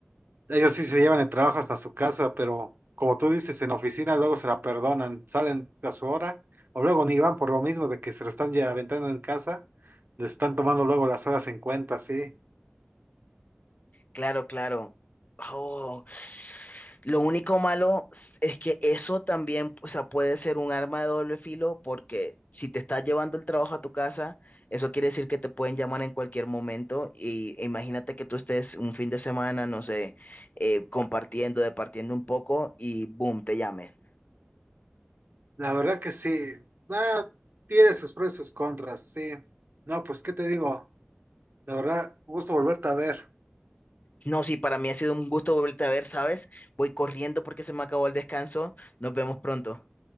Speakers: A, on the right; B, on the left.
A: Ellos sí se llevan el trabajo hasta su casa, pero como tú dices, en oficina luego se la perdonan, salen a su hora, o luego ni van por lo mismo de que se lo están ya aventando en casa, les están tomando luego las horas en cuenta, sí.
B: Claro, claro. Oh, Lo único malo es que eso también, o sea, puede ser un arma de doble filo porque si te estás llevando el trabajo a tu casa, eso quiere decir que te pueden llamar en cualquier momento y e imagínate que tú estés un fin de semana, no sé, eh, compartiendo, departiendo un poco y boom, te llamen.
A: La verdad que sí, nada, tiene sus pros y sus contras, sí. No, pues, ¿qué te digo? La verdad, gusto volverte a ver.
B: No, sí, para mí ha sido un gusto volverte a ver, ¿sabes? Voy corriendo porque se me acabó el descanso. Nos vemos pronto.